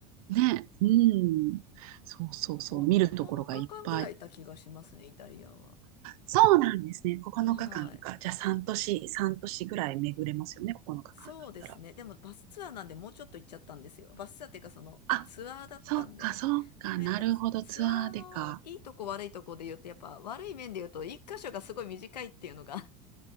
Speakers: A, on the right; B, on the left.
A: ね、うん。そうそうそう、
B: ここ、
A: 見るところがいっぱい。
B: 9日間ぐらいいた気がしますね、イタリアは。
A: そうなんですね。9日間かかんか。
B: はい。
A: じゃあ3年3年ぐらい巡れますよね。9日間だったら。
B: そうですね。でもバスツアーなんでもうちょっと行っちゃったんですよ。バスツアーっていうかそのツアーだったんで。
A: あ、そっか、そっか。
B: でもやっぱツ、
A: なるほど。
B: ツアーのいいとこ悪いとこで言うとやっぱ悪い面で言うと一箇所がすごい短いっていうのが
A: ツアーでか。